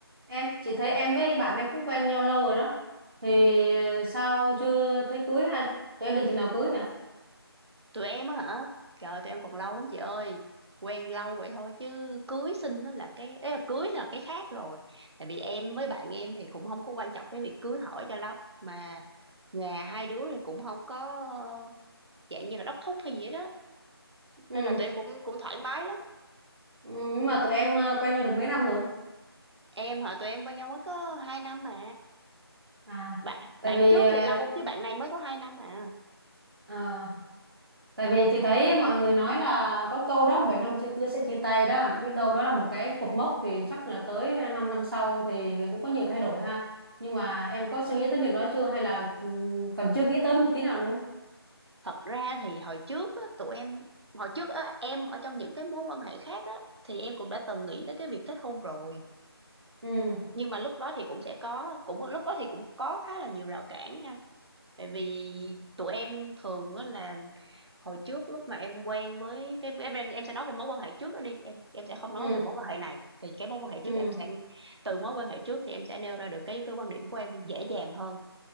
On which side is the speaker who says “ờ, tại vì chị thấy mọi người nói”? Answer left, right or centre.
Right